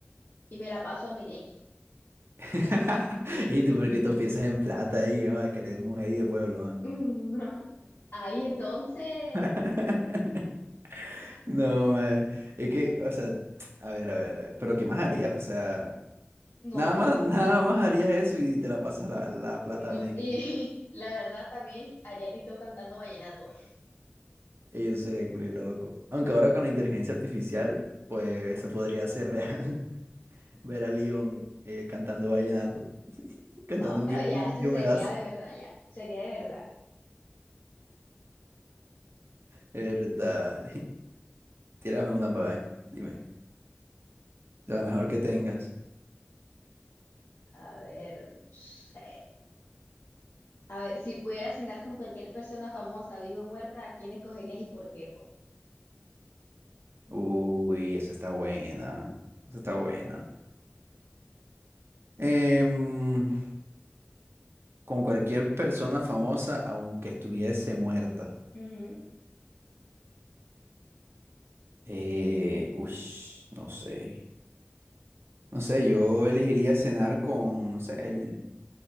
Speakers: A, on the left (about 65°); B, on the right (about 70°).
A: y me la paso a Mineki.
B: <laughs> ¿Y tú por qué tú piensas en plata ahí? ah, que eres mujer y de pueblo. ah?
A: <laughs> Ahí entonces,
B: <laughs> No, man. Es que, o sea, a ver, a ver, a ver. Pero ¿qué más harías? O sea,
A: no,
B: nada más,
A: yo,
B: <laughs> nada más harías eso y te la pasas la, la plata
A: no,
B: al nequilla.
A: y <laughs> la verdad también haría Tito cantando vallenato.
B: Y Eso sería culo loco. Aunque ahora con la inteligencia artificial, pues eso podría ser real. <laughs> Ver a Leon eh, cantando vallenato. Cantando
A: No,
B: un
A: pero
B: Dios,
A: ya,
B: un
A: ese
B: Dios
A: sería
B: me das.
A: de verdad, ya. Sería de verdad.
B: Verdad. <laughs> Tírame una para ver. Dime. De la mejor que tengas.
A: A ver, no sé. A ver, si pudieras cenar con cualquier persona famosa, viva o muerta, ¿a quién escogerías y por qué, pues?
B: Uy, esa está buena. Esa está buena. Em, con cualquier persona famosa, aunque estuviese muerta.
A: Ujú.
B: Eh, ush, no sé. No sé, yo elegiría cenar con, no sé, el,